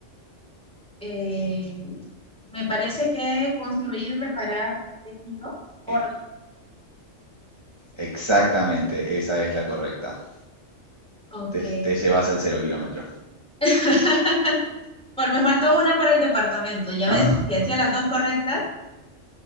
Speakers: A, in the centre; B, on the right.
A: Eh, me parece que construir, reparar tejido, órgano.
B: E- Exactamente, esa es la correcta.
A: Ok.
B: te, te llevas al cero kilómetro.
A: <laughs> Pues me faltó una para el departamento, ya
B: Ajá.
A: ves, si hacía las dos correctas.